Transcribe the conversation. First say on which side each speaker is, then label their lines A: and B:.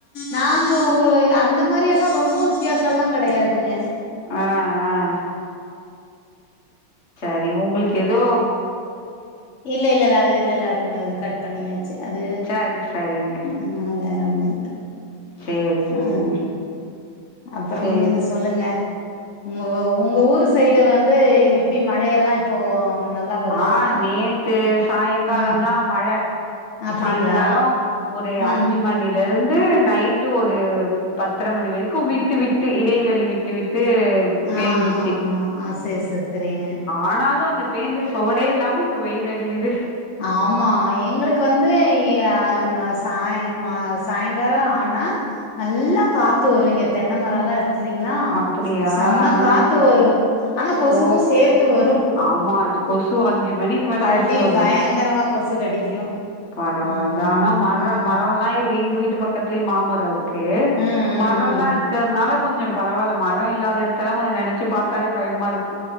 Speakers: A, on the left; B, on the left.
A: நாங்க ஒ அந்த மாரி எல்லா ரொம்ப வித்தியாச எல்லா கெடையாதுங்க
B: ஆ ஆ சரி உங்களுக்கு எதோ
A: இல்ல இல்ல இல்ல அது இல்ல இல்ல அது ன் அது கட் பண்ணியாச்சு அது
B: சரி சரிங்க
A: ஆ வேற ஒன்னு
B: சேரி சேரிங்க
A: ஆ அப்பறம்
B: சேரி
A: நீங்க சொல்லுங்க உங்க உங்க ஊரு சைடு வந்து எப்டி மழையெல்லா இப்போ நல்லா வருதுங்களா
B: ஆ நேத்து சாயங்காலந்தா
A: ம்
B: மழ
A: அப்டிங்களா
B: சாய்ங்கால ஒரு
A: ம்
B: அஞ்சு மணில இருந்து நைட்டு ஒரு பத்தர மணி வரைக்கு விட்டு விட்டு இடைவெளி விட்டு விட் டு பேஞ்சிச்சு
A: ஆ ஆமா ஆ சேரி சேரி செரிங்க
B: ஆனாலு அந்த பேஞ்ச சொவடே இல்லாம இப்ப வெயில் அடிக்குது
A: ஆமா எங்களுக்கு வந்து அ மா சாய் மா சாய்ங்கால ஆனா நல்லா காத்து வரு இங்க தென்ன மரல்லா இருக்கு கில்லிங்ளா
B: அப்டியா
A: செம
B: ஆ
A: காத்து வரு ஆனா கொசுவு
B: ஓ
A: சேத்து வரு
B: ஆமா கொசு அஞ்சு மணிக்கு மேல
A: கடி
B: கொசு வ
A: பயங்கரமா கொசு கடிக்கு
B: பரவால்ல.
A: ஆ,
B: ஆனா மரம்
A: ம்
B: மரம்லாம் இருக்கு. எங்க வீட்டு பக்கத்துலயே மாமர இருக்கு க்கே
A: ம்
B: மரம்ல்லா
A: ம்
B: இருக்கிறதுனால கொஞ்சோம் பரவில்ல மரம் இல்லாத இடத்தெல்ல கொஞ்சம் நெனைச்சு பாத்தாலே பயம்மா இருக்கு